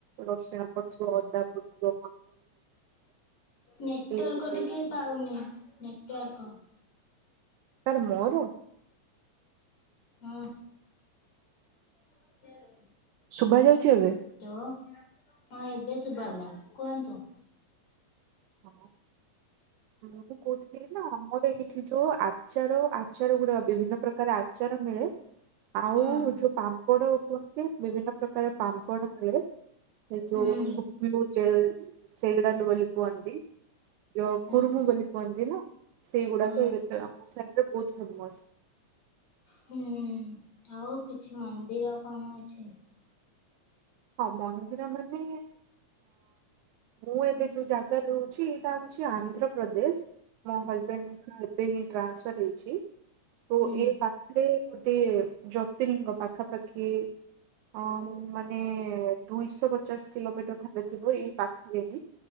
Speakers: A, on the right (about 85°); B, on the left (about 50°).
A: ରସୁଣ ପଡ଼ିଥିବ ଅଦା ପଡିଥିବ
B: ନେଟୱାର୍କ
A: ଏଇଗୁଡା
B: ଟିକେ ପାଉନି ନେଟୱାର୍କ
A: କାର ମୋର
B: ହଁ <unintelligible>
A: ଶୁଭା ଯାଉଛି ଏବେ?
B: ହ୍ୟାଲୋ ହଁ ଏବେ ଶୁଭା ଗଲା କୁହନ୍ତୁ।
A: ହ ହ ମୁଁ କହୁଥିଲି ନା ଆମର ଏଇଠି ଯୋଉଁ ଆଗ ଆଚାର ଆଚାର ଗୁଡା ବିଭିନ୍ନ ପ୍ରକାର ଆଚାର ମିଳେ। ଆଉ
B: ହଁ
A: ଯୋଉଁ ପା ପାପଡ କୁହନ୍ତି। ବିଭିନ୍ନ ପ୍ରକାର ପାମ୍ପଡ଼ ମିଳେ। ଏ
B: ହୁଁ
A: ଯୋଉଁ ସୁଖୁ ଜଲ ସେଗୁଡ଼ାକ ଲିପନ୍ତି। ଯୋଉଁ
B: ହଁ
A: କୁରୁମୁ ବୋଲି କୁହନ୍ତି ନା ସେଇଗୁଡାକ
B: ହଁ।
A: ଆମ ସାଇଡରେ ବହୁତ ଫେମସ।
B: ହୁଁ ଆଉ କିଛି ମନ୍ଦିର କଣ ଅଛି?
A: ହଁ ମନ୍ଦିର ମାନେ ମୁଁ ଏବେ ଯୋଉଁ ଜାଗାରେ ରହୁଛି ଏଇଟା ହଉଛି ଆନ୍ଧ୍ରପ୍ରଦେଶ। ମୋ ହଜବେଣ୍ଡଙ୍କର ଏବେ ହିଁ ଟ୍ରାନ୍ସଫର୍ ହେଇଛି। ତ
B: ହୁଁ
A: ଏଇ ପାଖରେ ଗୋଟେ ଜ୍ୟୋତିଲିଙ୍ଗ ପାଖା ପାଖି ହଁ ମାନେ ଦୁଇଶହ ପଚାଶ କିଲୋମିଟର ଖଣ୍ଡେ ଥିବ ଏଇ ପାଖରେ ହିଁ।